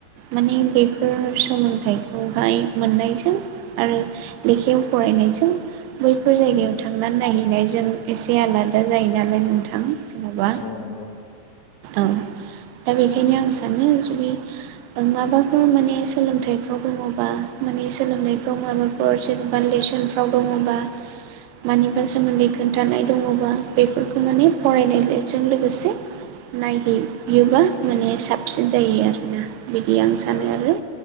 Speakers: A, on the right; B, on the left.
A: मानि बेफोर सोलोंथाइखौहाय मोननायजों आरो लेखायाव फरायनायजों बैफोर जायगायाव थांनानै नायहैनायजों एसे आलादा जायो नालाय नोंथां। जेन'बा
B: औ नंगौ
A: औ दा बेखायनो आं सानो जुदि माबाफोर माने सोलोंथाइफ्राव दङ'बा माने सोलोंनायफ्राव माबा फोर जेन'बा लेसनफ्राव दङ'बा मानिबा सोमोन्दै खोन्थानाय दङ'बा बेफोरखौ माने फरायनाय बेजों लोगोसे नायहैयोब्ला माने साबसिन जायो आरोना बिदि आं सानो
B: औ
A: आरो।